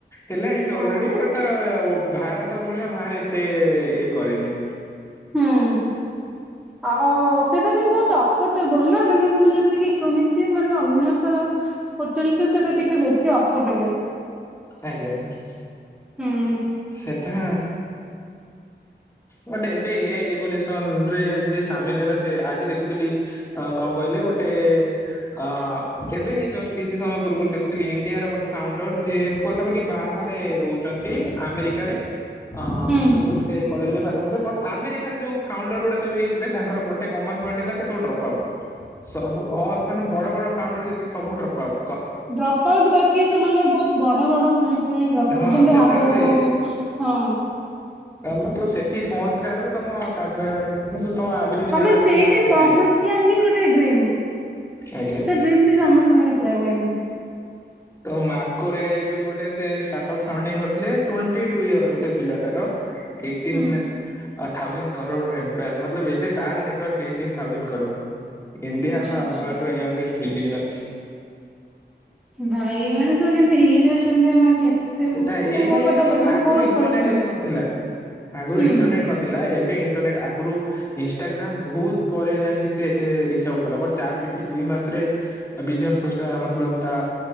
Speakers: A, on the left (about 15°); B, in the centre.
A: ହେଲାଣି ବି
B: ହଁ।
A: ଅଲରେଡି ବଟ ଭାରତ ଭଳିଆ ବାହାରେ ଏତେ ଇଏ କରିନି।
B: ହଁ। ଆ ସେଟା ବି ବହୁତ ଅଫୋର୍ଟେବୁଲ ନା ମାନେ ମୁଁ ଯେତିକି ଶୁଣିଛି ମାନେ ଅନ୍ୟ ସର ହୋଟେଲ ଠୁ ସେଟା ଟିକେ ବେଶୀ ଅଫୋର୍ଡେବଲ।
A: ଆଜ୍ଞା।
B: ହୁଁ।
A: ସେଟା <inaudible> ଗୋଟେ ଏବେ ଏ ଆଇ ରେଭଲୁସନ ରେ ଯିଏ ସାମିଲ ହେଲା ସେ ଆଜି ଦେଖୁଥିଲି ହଁ କଣ କହିଲେ ଗୋଟେ ଅ ଏବେ ହିଁ ଜଷ୍ଟ କିଛି ସମୟ ପୂର୍ବରୁ ଦେଖୁଥିଲି ଇଣ୍ଡିଆ ର ଗୋଟେ ଫାଉଣ୍ଡର ଯିଏ ପାଖାପାଖି ବାହାରେ ରହୁଛନ୍ତି। ଆମେରିକାରେ ଅ
B: ହୁଁ
A: କୋଉ ଗୋଟେ କଲେଜ ରେ ପାଠ ପଢୁଥିଲେ ବଟ୍ ଆମେରିକାର ଯୋଉ ଫାଉଣ୍ଡର ଗୁଡା ସବୁହେଇଥିବେ ତାଙ୍କର ଗୋଟେ କମନ ପଏଣ୍ଟ ହେଲା ସେ ସବୁ ଡ୍ରପ୍ଆଉଟ୍। ସବୁ ଅଲ୍ ମାନେ ବଡ ବଡ ଫାଉଣ୍ଡର ଯେଥି ସବୁ ଡ୍ରପ୍ ଆଉଟ।
B: ଡ୍ରପ ଆଉଟ୍ ବାକି ସେମାନେ ବହୁତ ବଡ ବଡ ପୋଲିସ୍ ପାଇଁ ଡ୍ରପ
A: ହଁ
B: ଆଉଟ୍ ଯେମିତି
A: ସେଟା
B: ହାର୍ଡହାର୍ଡ
A: ତ
B: ଓ
A: ଇଏ
B: ହଁ
A: ମତଲବ ସେଠି ପହଞ୍ଚିଲା ବେଳକୁ ତମ <unintelligible>
B: ତମେ ସେଇଠି
A: ପଡିବ କେତେ
B: ପହଞ୍ଚିବା ହିଁ ଗୋଟେ ଡ୍ରିମ୍
A: ଆଜ୍ଞା
B: ସେ ଡ୍ରିମ୍ ବି ସମସ୍ତଙ୍କର ପୁରା ହୁଏନି।
A: ତ ମାର୍କୋର୍ ଏ ଆଇ ବୋଲି ଗୋଟେ ସେ ଷ୍ଟାର୍ଟଅପ ଫାଉଣ୍ଡିଂ କରିଥିଲେ ଟଣ୍ଟି ଟୁ ଇୟର୍ ସେ ପିଲାଟାର ଏଇଟିନ୍
B: ହୁଁ
A: ନା ଥାଜଣ୍ଡ କରୋଡ ମାନେ ଏବେ ତାର ନେଟାର୍ ହେଇ ଜ କରୋଡ। ଇଣ୍ଡିଆ୍
B: ଆଚ୍ଛା
A: ବା
B: ଆଚ୍ଛା
A: ୱର୍ଲ୍ଡ ର ୟୁଙ୍ଗେଷ୍ଟ ବିଳିନିଅର୍।
B: ଭାଇ ମାନ ସବୁ କେନ୍ତୁ ହେଇଯାଉଛନ୍ତି ଆମ କେତେ
A: ସେଟା
B: ମୁଁ
A: ଏ
B: ମୋ
A: ଏଇ
B: କଥା
A: ମତଲବ
B: କହୁଛି ମୁଁ
A: ଆଗରୁ
B: ବହୁତ
A: ଇଣ୍ଟରନେଟ୍
B: ପଛରେ
A: ଏତେ
B: ଅଛି
A: ନଥିଲା ଆଗରୁ
B: ହୁଁ।
A: ଇଣ୍ଟରନେଟ ନଥିଲା। ଥିଲା ଏବେ ଇଣ୍ଟରନେଟ୍ ଆଗରୁ ଇନଷ୍ଟାଗ୍ରାମ୍ ବହୁତ ପରେ ଯାଇକି ସେ ତେ ରିଚ ଆଉଟ୍ କଲା ବଟ ଚାର ଜିବଟି ଦୁଇ ମାସରେ ବିଲୟନ ମତଲବ ତା